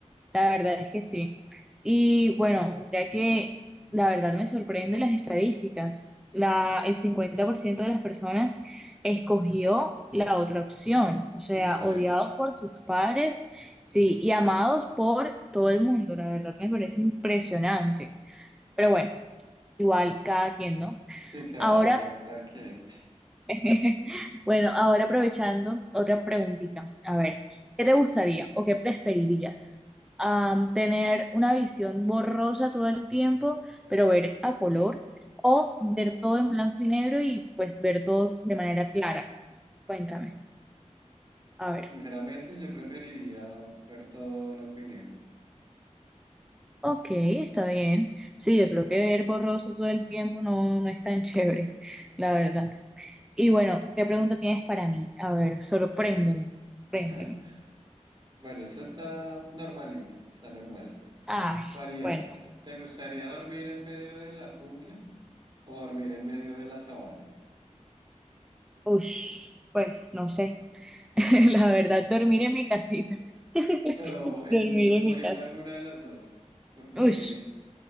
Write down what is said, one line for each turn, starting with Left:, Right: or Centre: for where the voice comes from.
Centre: La verdad es que sí. Y bueno, mira que la verdad me sorprende las estadísticas. La, el 50% de las personas escogió la otra opción, o sea,
Right: ¿En serio?
Centre: odiados por sus padres, sí, y amados por todo el mundo. La verdad me parece impresionante. Pero bueno, igual cada quien, ¿no?
Right: De cada,
Centre: Ahora
Right: ya, cada quien.
Centre: <laughs> Bueno, ahora aprovechando otra preguntita. A ver, ¿qué te gustaría o qué preferirías? Am, ¿tener una visión borrosa todo el tiempo, pero ver a color? ¿O ver todo en blanco y negro y pues ver todo de manera clara? Cuéntame. A ver.
Right: Sinceramente, yo preferiría ver todo blanco y negro.
Centre: Ok, está bien. Sí, yo creo que ver borroso todo el tiempo no, no es tan chévere, la verdad. Y bueno, ¿qué pregunta tienes para mí? A ver, sorpréndeme.
Right: Bueno.
Centre: Sorpréndeme.
Right: <laughs> Bueno, esta está normalita, está normal.
Centre: Ah,
Right: María,
Centre: bueno.
Right: ¿te te gustaría dormir en medio de la jungla o dormir en medio de la sabana?
Centre: Ush, pues no sé. <laughs> La verdad, dormir en mi casita. <laughs>
Right: Pero en
Centre: Dormir
Right: escogiendo
Centre: en mi casa.
Right: alguna de las dos, ¿por cuál
Centre: Ush,
Right: dirías?